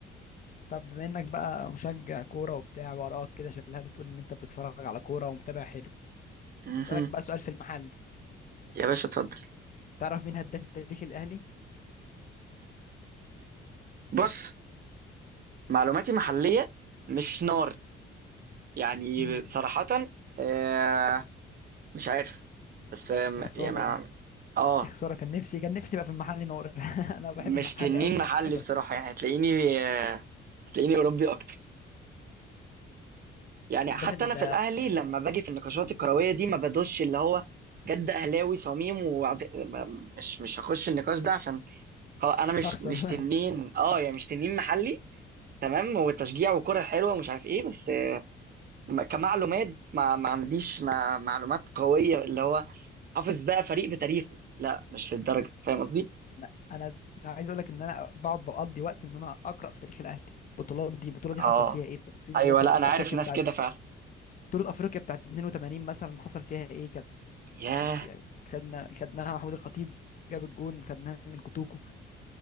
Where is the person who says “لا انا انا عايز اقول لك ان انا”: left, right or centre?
Left